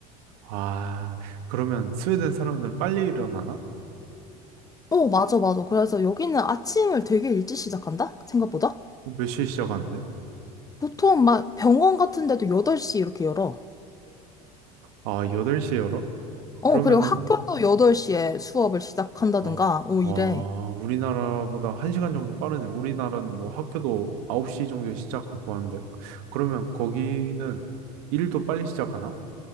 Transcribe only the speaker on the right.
아, 그러면 스웨덴 사람들은 빨리 일어나나?
어, 몇 시에 시작하는데?
아, 여덟 시에 열어?
그러면은
어,
어,
우리나라보다 한 시간 정도 빠르네. 우리나라는 뭐 학교도 9시 정도에 시작하고 하는데 그러면 거기는 일도 빨리 시작하나?